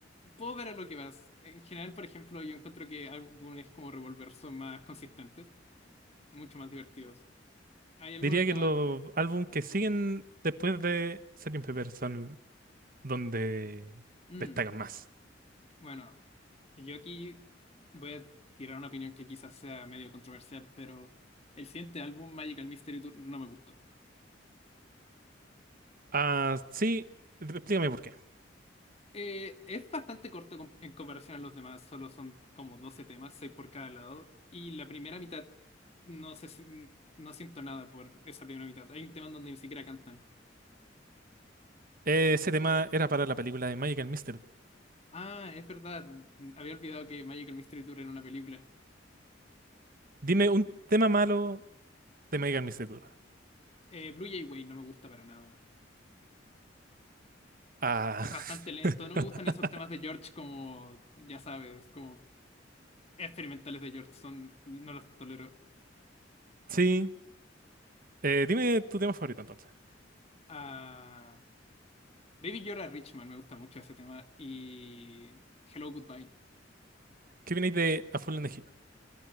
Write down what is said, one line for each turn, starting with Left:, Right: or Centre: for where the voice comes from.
Left: puedo ver a lo que vas. En general, por ejemplo, yo encuentro que álbumes como Revolver son más consistentes, mucho más divertidos. Hay algunos
Right: Diría
Left: temas...
Right: que los álbumes que siguen después de Sgt. Pepper son donde
Left: mm,
Right: destacan más.
Left: bueno, yo aquí voy a tirar una opinión que quizás sea medio controversial, pero el siguiente álbum, Magical Mystery Tour, no me gustó.
Right: Ah, sí, explícame por qué.
Left: Eh, es bastante corto com- en comparación a los demás, solo son como 12 temas, 6 por cada lado, y la primera mitad no sé si- no siento nada por esa primera mitad. Hay un tema donde ni siquiera cantan.
Right: Eh, Ese tema era para la película de Magical Mystery Tour.
Left: Ah, es verdad, había olvidado que Magical Mystery Tour era una película.
Right: Dime un tema malo de Magical Mystery Tour.
Left: Eh, Blue Jay Way no me gusta para nada.
Right: Ah,
Left: Es bastante lento,
Right: <laughs>
Left: no me gustan esos temas de George como, ya sabes, como experimentales de George, son, no los tolero.
Right: sí. Eh, dime tu tema favorito entonces.
Left: Ah, Baby Yoda Richman me gusta mucho ese tema y Hello Goodbye.
Right: ¿Qué viene de A Full in the Heat?